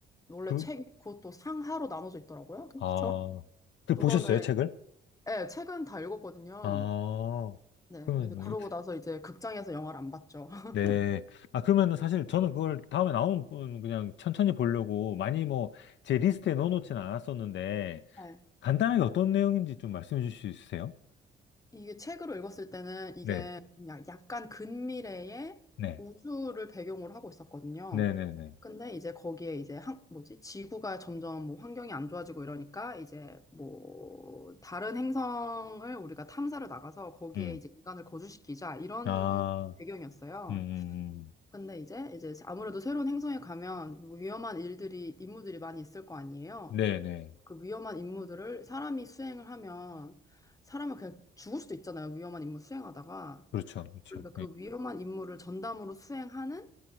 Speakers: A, on the left; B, on the left.
A: 원래
B: 그,
A: 책, 그것도 상하로 나눠져 있더라고요. 그래서
B: 아, 그
A: 두
B: 보셨어요,
A: 권을,
B: 책을?
A: 예, 책은 다 읽었거든요.
B: 아,
A: 네,
B: 그러면,
A: 근데 그러고 나서 이제 극장에서 영화를 안 봤죠. <laughs>
B: 네. 아, 그러면은 사실 저는 그걸 다음에 나오면 그냥 천천히 보려고 많이 뭐 제 리스트에 넣어놓지는 않았었는데
A: 네.
B: 간단하게 어떤 내용인지 좀 말씀해 주실 수 있으세요?
A: 이게 책으로 읽었을 때는 이게
B: 네.
A: 그냥 약간 근미래의
B: 네.
A: 우주를 배경으로 하고 있었거든요.
B: 네네네.
A: 근데 이제 거기에 이제 한, 뭐지? 지구가 점점 뭐 환경이 안 좋아지고 이러니까 이제 뭐 다른 행성을 우리가 탐사를 나가서 거기에
B: 음.
A: 이제 인간을 거주시키자 이런
B: 아,
A: 배경이었어요.
B: 음, 음,
A: 근데 이제 이제 아무래도 새로운 행성에 가면 뭐 위험한 일들이 임무들이 많이 있을 거 아니에요.
B: 음. 네네.
A: 그 위험한 임무들을 사람이 수행을 하면 사람은 그냥 죽을 수도 있잖아요. 위험한 임무 수행하다가.
B: 그렇죠. 그렇죠.
A: 그러니까 그 위험한 임무를 전담으로 수행하는